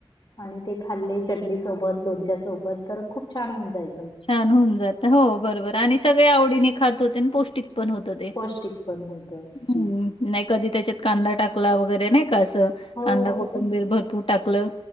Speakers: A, on the left; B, on the left.
A: आणि ते खाल्ले चटणी सोबत, लोणच्यासोबत तर खूप छान होऊन जाइल
B: छान होऊन जात, हो बरोबर आणि सगळे आवडीने खात होते आणि पौष्टिक पण होत ते
A: पौष्टिक पण होतं.
B: हम्म नाही कधी त्याच्यात कांदा टाकला वगैरे नाही का असं
A: हो.
B: कांदा, कोथंबीर भरपूर टाकलं.